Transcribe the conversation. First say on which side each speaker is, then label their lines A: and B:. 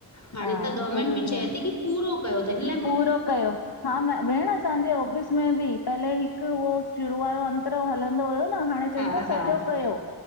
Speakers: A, on the left; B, on the left.
A: हाणे
B: हा
A: त गवर्नमेंट
B: ज़रूरी
A: बि चए
B: आ
A: थी की पूरो कयो त हि
B: पूरो कयो हा म भेण असांजे ऑफ़िस में बि पहले हिकु उहो शुरू वारो अंतरो हलंदो हुयो न, हाणे चईनि
A: हा
B: था सॼो
A: हा
B: कयो